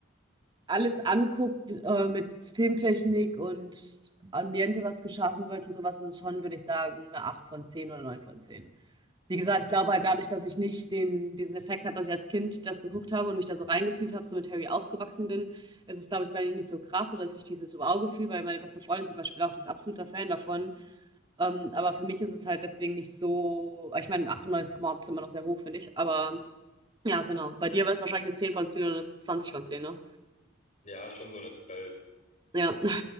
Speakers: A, on the right; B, on the left.
A: alles anguckt äh, mit Filmtechnik und Ambiente, was geschaffen wird und sowas, ist es schon, würde ich sagen, eine 8 von 10 oder 9 von 10. Wie gesagt, ich glaube halt dadurch, dass ich nicht den, diesen Effekt hatte, dass ich als Kind das geguckt habe und mich da so reingefühlt habe, so mit Harry aufgewachsen bin, ist es, glaube ich, bei mir nicht so krass oder ist nicht dieses Wow-Gefühl, weil meine beste Freundin zum Beispiel auch, die ist absoluter Fan davon. Ähm, aber für mich ist es halt deswegen nicht so, ich meine, 98 Mord ist immer noch sehr hoch, finde ich, aber ja, genau. Bei dir wäre es wahrscheinlich eine 10 von 10 oder eine 20 von 10. ne?
B: Ja, schon so eine 12
A: Ja.